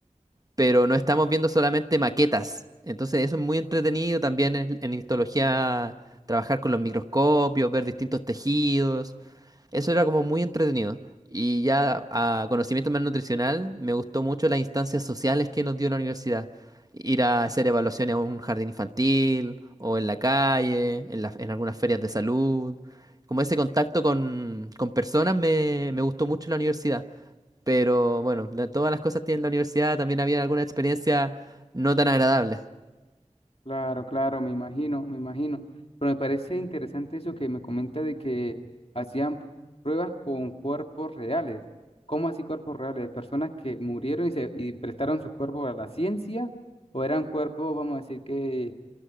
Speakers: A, on the right; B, on the left.
A: pero no estamos viendo solamente maquetas. Entonces eso es muy entretenido también en, en histología, trabajar con los microscopios, ver distintos tejidos. Eso era como muy entretenido. Y ya a conocimiento más nutricional, me gustó mucho las instancias sociales que nos dio la universidad. Ir a hacer evaluaciones a un jardín infantil o en la calle, en, la- en algunas ferias de salud. Como ese contacto con, con personas me, me gustó mucho en la universidad. Pero bueno, de todas las cosas que tiene la universidad, también había algunas experiencias no tan agradables.
B: Claro, claro, me imagino, me imagino. Pero me parece interesante eso que me comenta de que hacían pruebas con cuerpos reales. ¿Cómo así cuerpos reales? ¿Personas que murieron y, se, y prestaron sus cuerpos a la ciencia? ¿O eran cuerpos, vamos a decir, que